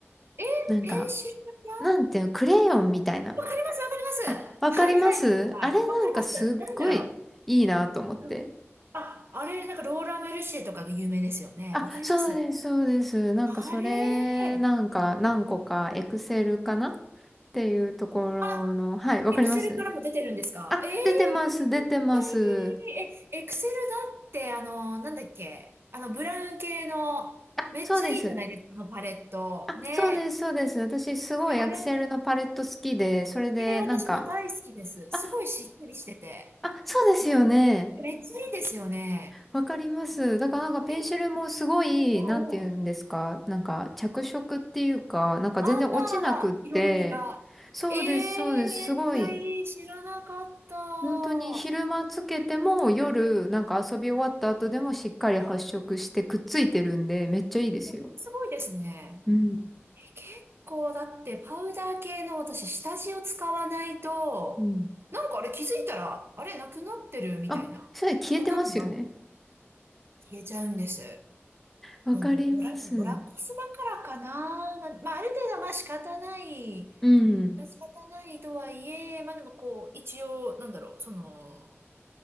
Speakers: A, on the right (about 55°); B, in the centre.
A: え、
B: なんか、
A: ペンシル型
B: なんていうの、クレヨンみたいな。
A: わかります、わかります。
B: あ、
A: はい、
B: わかりますあれなんかすっごいいいなと思って。
A: はい、なんか、わかります。なんだろう。うんあ、あれ、なんかローラーメルシエとかが有名ですよね。
B: あ、
A: わかります。
B: そうです、そうです。なんかそれ、
A: あれ、
B: なんか何個か、エクセルかなっていうところの、
A: あ、
B: はい、わかります
A: エクセルからも出てるんですかええー、
B: あ、出てます、出てます。
A: めっちゃいい。え、エクセルだって、あの、なんだっけ、あの、ブラウン系の、
B: あ、
A: めっちゃいいじゃないですか、
B: そうです。
A: あのパレット。
B: あ、
A: ね。
B: そうです、そうです。私すごいエクセルのパレット好きで、
A: えあれ、
B: それでなんか、
A: えー、私も大好きです。
B: あ、
A: すごいしっとりしてて。
B: あ、そうですよね。
A: めっちゃいいですよね。
B: わかります。だからなんかペンシルもすごい、
A: え、うんうん。
B: なんて言うんですか、なんか着色っていうか、なんか全然落ちなくって、
A: ああ、色のりが。
B: そうです、
A: えー、
B: そうです、
A: めっちゃいい。
B: すごい。
A: 知らなかった。は
B: 本当に昼間つけても夜なんか遊び終わった後でもしっかり発色してくっついてるんで、
A: い
B: めっちゃいいですよ。
A: これもすごいですね。
B: うん。
A: え結構だってパウダー系の私下地を使わないと、
B: うん。
A: なんかあれ気づいたら、あれなくなってるみたいなパターンが
B: あ、それ消えてますよね。
A: 消えちゃうんです。
B: わかります。
A: そうドラ、ドラコスだからかな。
B: う
A: まあ、まあある程度はまあ仕方ない。
B: ん。
A: 仕方ないとはいえ、まあでもこう、一応、なんだろう、その、